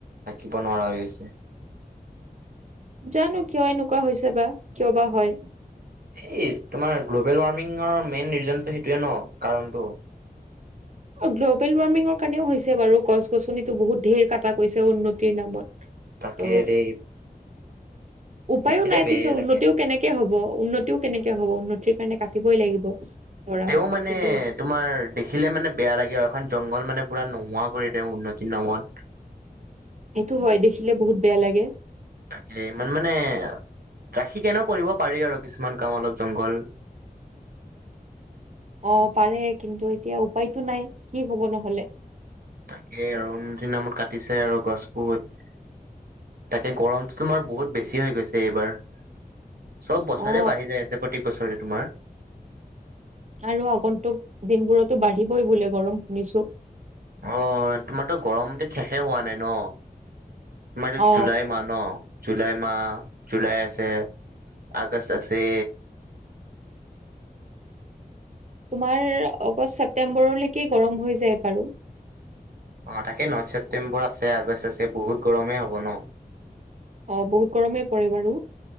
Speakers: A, on the right (about 70°); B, on the right (about 50°).
A: থাকিব নোৱাৰা হৈ গৈছে।
B: জানো কিয় এনেকুৱা হৈছে বা কিয় বা হয়।
A: সেই তোমাৰ গ্ল'বেল ৱাৰ্মিঙৰ মেইন ৰিজনটো সেইটোৱে ন কাৰণটো।
B: গ্ল'বেল ৱাৰ্মিঙৰ কাৰণেও হৈছে বাৰু গছ গছনিতো বহুত ধেৰ কটা কৈছে উন্নতিৰ নামত।
A: তাকে
B: ত'
A: দেই
B: উপায়ো
A: দেখিলে
B: নাই
A: বেয়াই
B: পিছে উন্নতিও
A: লাগে।
B: কেনেকে হব উন্নতিও কেনেকে হ'ব, উন্নতিৰ কাৰণে কাটিবই লাগিব। ধৰা
A: তেওঁ মানে
B: কিন্তু
A: তোমাৰ দেখিলে মানে বেয়া লাগে আৰু এখন জংঘল মানে পুৰা নোহোৱা কৰি তেওঁ উন্নতিৰ নামত।
B: সেইটো হয় দেখিলে বহুত বেয়া লাগে।
A: তাকে ইমান মানে ৰাখি কেনে কৰিব পাৰি আৰু কিছুমান কাম অলপ জংঘল।
B: অ পাৰে কিন্তু এতিয়া উপায়তো নাই কি হ'ব নহ'লে।
A: তাকেই আৰু উন্নতিৰ নামত কাটিছে আৰু গছ বহুত। তাকে গৰমটো তোমাৰ বহুত বেছি হৈ গৈছে এইবাৰ। চব বছৰে
B: অ
A: বাঢ়ি যায় আছে প্ৰত্যেক বছৰে তোমাৰ।
B: আৰু আগন্তুক দিনবোৰতো বাঢ়িবই বোলে গৰম শুনিছো।
A: অ' তোমাৰতো গৰম শেষে হোৱা নাই ন। মাৰ
B: অ
A: জুলাই মাহ ন <unintelligible> জুলাই মাহ জুুলাই আছে, আগষ্ট আছে।
B: তোমাৰ আগষ্ট ছেপ্তেম্বৰলৈকে গৰম হৈ যায় বাৰু।
A: অ' তাকে নথ ছেপ্তেম্বৰ আছে আগষ্ট আছে বহুত গৰমেই হ'ব ন।
B: অ' বহুত গৰমেই পৰে বাৰু।